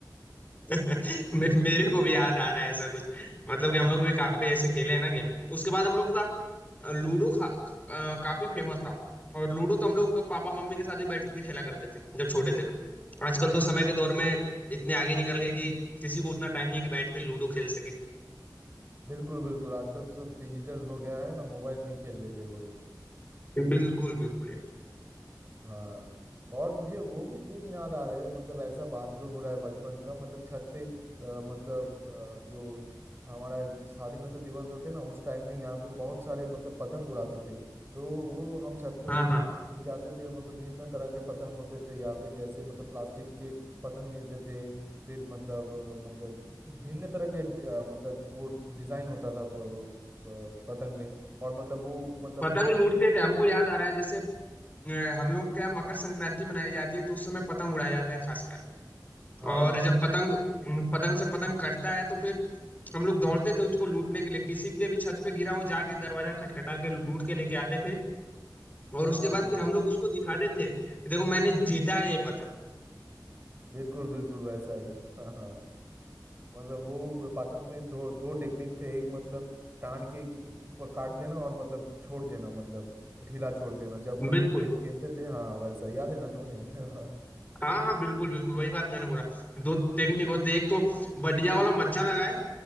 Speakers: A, on the left (about 20°); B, on the right (about 35°).
A: <laughs> मे, मेरे को भी याद आ रहा है ऐसा कुछ मतलब कि हम लोग भी काफी ऐसे खेले हैं ना गेम उसके बाद हम लोग का लूडो खा, क- अ, काफी फेमस था और लूडो तो हम लोग पापा मम्मी के साथ भी बैठ के खेला करते थे जब छोटे थे तो आजकल तो समय के दौर में इतने आगे निकल गए कि किसी को उतना टाइम नहीं है कि बैठ के लूडो खेल सके
B: बिल्कुल बिल्कुल आजकल तो सब डिजिटल हो गया है ना मोबाइल में ही खेल लेते हैं वो लोग
A: बिल्कुल बिल्कुल यार
B: हाँ और मुझे वो भी दिन याद आ रहे हैं मतलब ऐसा बात जो हो रहा है बचपन का मतलब छत पे अ, मतलब अ, जो हमारा स्वाधीनता दिवस होते ना उस टाइम में यहाँ पे बहुत सारे मतलब पतंग उड़ाते थे तो वो हम छत पे उ-
A: हाँ हाँ
B: उड़ जाते थे मतलब भिन्न तरह के पतंग होते थे यहाँ पे जैसे मतलब प्लास्टिक के पतंग मिलते थे फिर मतलब अ, मतलब भिन्न तरह के ड- अ, मतलब वो डिजाइन होता था ब- ब- पतंग में और मतलब वो मतलब
A: पतंग
B: काट
A: लूटते थे हमको याद आ रहा है जैसे अ, हम लोग क्या मकर संक्रांति मनाई जाती है तो उस समय पतंग उड़ाए जाते हैं खासकर
B: हाँ
A: और
B: और
A: जब पतंग पतंग से पतंग कटता है तो फिर हम लोग दौड़ते थे उसको लूटने के लिए किसी के भी छत पे गिरा हो जाके दरवाजा खटखटा के लूट के लेके आते थे और
B: हाँ
A: उसके बाद फिर हम लोग उसको दिखाते थे देखो मैंने जीता है ये पतंग
B: बिल्कुल बिल्कुल वैसा ही <laughs> हाँ हाँ मतलब वो पतंग में दो दो टेक्निक थे एक मतलब टान के खी- प- काट देना और मतलब छोड़ देना मतलब ढीला छोड़ देना जब मतलब
A: बिल्कुल
B: खे, खेलते थे हाँ हाँ, वैसा याद है ना तुम्हें <laughs> हाँ
A: हाँ हाँ बिल्कुल बिल्कुल वही बात मैंने बोला दो टेक्निक होते एक तो बढ़िया वाला मज्जा लगाए